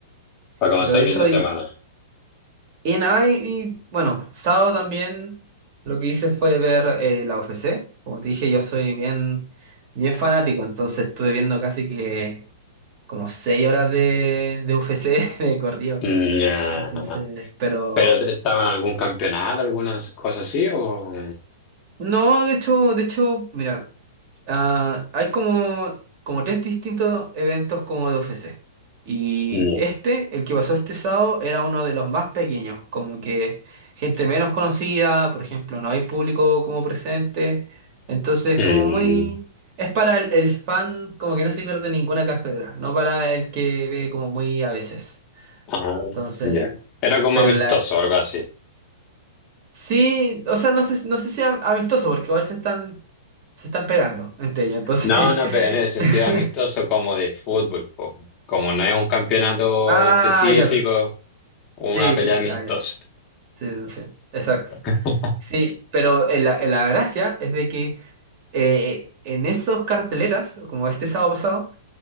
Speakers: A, on the left; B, on the right.
A: para comenzar
B: y todo eso.
A: bien la semana.
B: Y, y nada, y, y, bueno, sábado también lo que hice fue ver eh, la UFC. Como te dije, yo soy bien, bien fanático, entonces estuve viendo casi que como seis horas de, de UFC <laughs> de corrido.
A: Nah.
B: Entonces, pero...
A: ¿Pero te- estaba en algún campeonato, algunas cosas así o...?
B: No, de hecho, de hecho, mira, ah, hay como, como tres distintos eventos como de UFC. Y
A: No.
B: este, el que pasó este sábado, era uno de los más pequeños, como que gente menos conocida, por ejemplo, no hay público como presente. Entonces,
A: Mm,
B: como muy... Es para el, el fan, como que no se pierde ninguna cartelera, no para el que ve como muy a veces.
A: ah,
B: Entonces,
A: ya. Era como
B: pero
A: amistoso
B: la,
A: o algo así.
B: Sí, o sea, no sé, no sé si am- amistoso, porque igual se están, se están pegando entre ellos, entonces.
A: No, no, pero en el sentido
B: <laughs>
A: de amistoso como de fútbol, po. Como no es un campeonato
B: Ah,
A: específico
B: ya, perf-
A: una
B: sí,
A: pelea
B: sí, sí,
A: amistosa.
B: ah, ya, sí, sí, no sé, exacto.
A: <laughs>
B: Sí, pero eh, la, eh, la gracia es de que eh, en esos carteleras, como este sábado pasado,